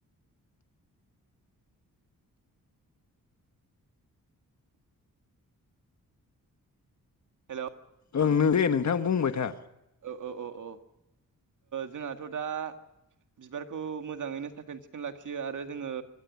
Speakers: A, on the right; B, on the left.
A: हेलौ
B: ओं नों दे नोंथां बुंबाय था
A: औ औ औ ओ जोंहाथ' दा बिबारखौ मोजाङैनो साखोन सिखोन लाखियो आरो जोङो